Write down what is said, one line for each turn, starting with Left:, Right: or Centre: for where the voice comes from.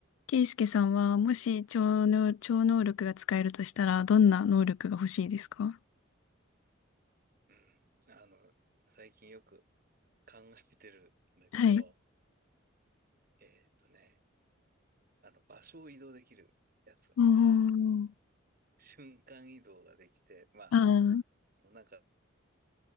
Left: ケイスケさんは、もし超能、超能力が使えるとしたら、どんな能力が欲しいですか
Right: うん。あの、最近よく考えてるんだけど、
Left: はい。う
Right: えーっとね、あの、場所を移動できるやつ。
Left: ーん。
Right: 瞬間移動ができて、ま
Left: ああ、
Right: あ、なんか、